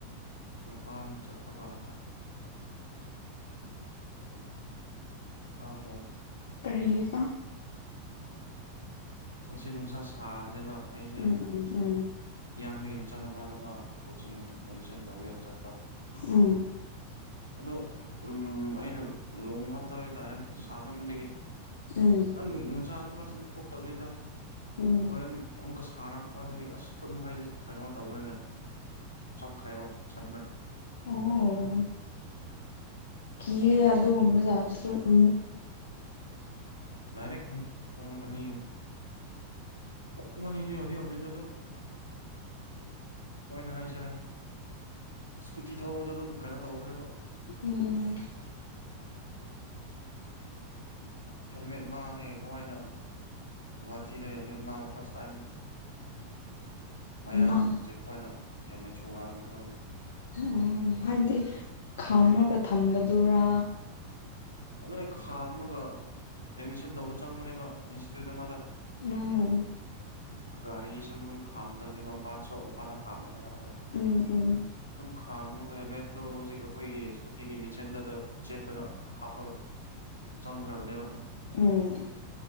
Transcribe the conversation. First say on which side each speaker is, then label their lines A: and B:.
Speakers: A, on the left; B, on the left.
A: ꯃꯄꯥꯟ ꯆꯠꯄ ꯀꯥꯟꯅ ꯑꯕꯣ
B: ꯔꯤꯍꯤꯗ
A: ꯉ ꯅꯨꯡꯁꯥ ꯁꯥꯕꯅꯦꯕ ꯑꯩꯁꯦ
B: ꯎꯝ ꯎꯝ ꯎꯝ
A: ꯏꯌꯥꯝꯕꯒꯤ ꯃꯆꯥꯅꯨꯄꯥꯗ ꯃꯥ ꯀꯣꯆꯤꯡ ꯑꯦꯗꯃꯤꯁꯟ ꯇꯧꯒꯦꯅ ꯆꯠꯄ
B: ꯑꯝ
A: ꯑꯗꯣ ꯎ ꯑꯩꯅ ꯂꯍ ꯍꯥꯞꯇꯕ ꯍꯥꯏꯇꯥꯔꯦ ꯁꯥꯃꯟꯕꯒꯤ
B: ꯎꯝ ꯎꯝ
A: ꯅꯪ ꯅꯨꯡꯁꯥꯁꯨ ꯐꯁꯤꯗꯤ ꯊꯣꯛꯇꯕꯅꯤꯗ
B: ꯎꯝ
A: ꯍꯣꯔꯦꯟ ꯑꯃꯨ ꯑꯃꯨꯛꯀ ꯁꯥꯔꯛꯄ ꯑꯗꯨꯒꯤ ꯑꯁ ꯈꯨꯠ ꯃꯈꯩꯁꯦ ꯀꯩꯅꯣꯃ ꯇꯧꯈ꯭ꯔꯦꯅꯦ ꯆꯈ꯭ꯔꯦꯕ ꯁꯟꯃꯟ
B: ꯑꯣ ꯌꯦ ꯌꯥ ꯑꯗꯨꯒꯃꯦ ꯁꯥꯔꯁꯨ ꯎ
A: ꯏꯔꯦꯛꯅꯦꯨꯡ ꯑꯅꯤ ꯀꯅꯤ ꯍꯧꯗꯤ ꯍꯧꯗꯤꯗ ꯑꯗꯨꯝ ꯑꯣꯏꯅ ꯍꯥꯏꯁꯤꯔ ꯁꯀꯨꯇꯤ ꯊꯧꯕꯗ ꯑꯗꯨꯝ ꯀꯩꯅꯣ ꯇꯧꯈ꯭ꯔꯕ
B: ꯎꯝ
A: ꯍꯦꯜꯃꯦꯠ ꯃꯥꯡꯉꯦ ꯀꯃꯥꯏꯅ ꯍꯇꯤꯗ ꯍꯦꯜꯃꯦꯠ ꯃꯥ ꯐꯁ ꯇ ꯃꯌꯥꯡꯁꯤꯡꯁꯦ
B: ꯃꯥꯡ
A: ꯑꯩꯈꯣꯏꯅ ꯍꯦꯟꯅ ꯆꯨꯔꯨꯔ ꯍꯟꯥꯟꯕ ꯉꯝꯅꯤ
B: ꯎ ꯍꯥꯏꯕꯗꯤ ꯈꯥꯝꯃꯒ ꯊꯝꯕꯗꯨꯔꯥ
A: ꯑꯗꯨꯅ ꯈꯥ ꯑꯃꯒ ꯑꯦꯠꯃꯤꯁꯟ ꯇꯧꯕ ꯆꯪꯕꯅꯦꯕ ꯏꯟꯁꯇꯤꯇ꯭ꯌꯨꯠꯇ ꯃꯥꯗ
B: ꯎꯝ
A: ꯒꯥꯔꯤꯁꯤꯃ ꯑꯗꯨꯝ ꯈꯥꯝꯗꯕꯅꯦꯕ ꯃꯄꯥꯟ ꯁꯣꯔꯣꯛ ꯃꯄꯥꯟꯗ ꯈꯥꯝꯕꯅꯦꯕ ꯑꯗꯣ
B: ꯎꯝ ꯎꯝ
A: ꯑꯗꯨꯝ ꯊꯥꯝꯃꯒ ꯍꯦꯜꯃꯦꯠꯇꯣ ꯍꯧꯖꯤꯛ ꯑꯩꯈꯣꯏꯒꯤ ꯁ꯭ꯀꯨꯇꯤꯒꯤ ꯃꯤꯆꯟꯗꯗ ꯆꯦꯞꯂꯒ ꯍꯥꯞ ꯑꯐꯕ ꯆꯪꯈ꯭ꯔꯕꯅꯦꯕ
B: ꯎꯝ